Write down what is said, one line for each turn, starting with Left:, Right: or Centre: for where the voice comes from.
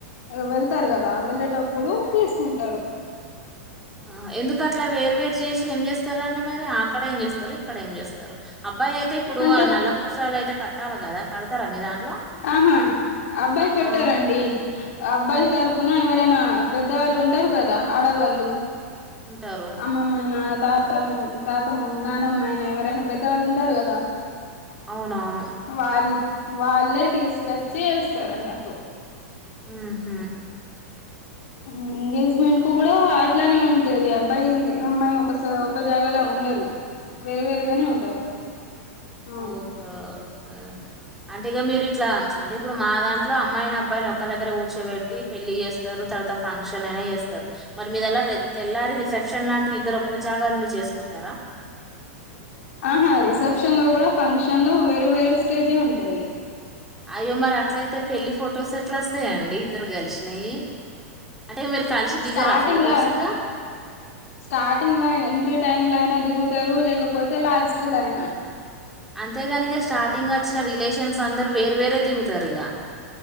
Left: అదె వెళ్తారు గదా వెళ్ళేటప్పుడు తీసుకుంటారు
Centre: ఆహ ఎందుకట్లా వేర్ వేరు చేసి ఏం చేస్తారాండి మరి ఆక్కడ ఏం చేస్తరు అక్కడ ఏం చేస్తారు అబ్బాయయితే ఇప్పుడు
Left: అంటే
Centre: ఆ నల్ల పూసలయితే కట్టాలే గదా కడతారా మీ దాంట్లో
Left: ఆహా ఆబ్బాయ్
Centre: ఆ
Left: కట్టరండి అ అబ్బాయి
Centre: మరి
Left: తరుప్ కున ఎవరైనా పెద్దవాళ్ళుంటారు గదా ఆడవాళ్
Centre: స ఉంటారు
Left: అమ్మమ్మయిన తాతమ్ తాతమ్ నానమ్మయిన ఎవరైనా పెద్దవాళ్ళుంటారు గదా
Centre: అవునవును
Left: వాళ్ వాళ్ళే తీసుకొచ్చి ఏస్తారన్నట్టు
Centre: ఊ హు
Left: ఉ ఎంగేజ్మెంట్ కు గుడా అట్ ట్లానే ఉంటది అబ్బాయి అమ్మాయి ఒక ఒక జాగాలా ఉండరు వేరు వేరుగానే ఉంటారు అవును
Centre: ఓక ఓకే అంటీగా మీరిట్లా అంటే ఇప్పుడు మా దాంట్లో అమ్మాయిన్ అబ్బాయిన్ ఒక్క దగ్గర కూర్చోబెట్టి పెళ్లి చేస్తారు తర్వాత ఫంక్షన్ అయినా చేస్తరు మరి మీదెలా రెర్ తెల్లారి రిసెప్షన్ లాంటివి ఇద్దరు ఒక్కక్క జాగాల్ నుండి చేసుకుంటారా
Left: ఆహా రిసెప్షన్ లో గుడా ఫంక్షన్ లో వేరే వేరే స్టేజే ఉంటది
Centre: అయ్యో మరట్లయితే పెళ్లిి ఫొటోస్ ఎట్లోస్తాయండి ఇద్దరు కలిశినయి అంటే మీరు కలిశి దిగరా
Left: స్టార్టింగ్
Centre: ఫొటోస్
Left: లా
Centre: ఇగ
Left: స్టార్టింగ్ ల ఎంట్రీ టైమ్ లో అయినా దిగుతరు లేకపోతే లాస్ట్ లయినా
Centre: అంతేగానిగ స్టార్టింగ్ అచ్చిన రిలేషన్స్ అందరు వేరు వేరే దిగుతరిగా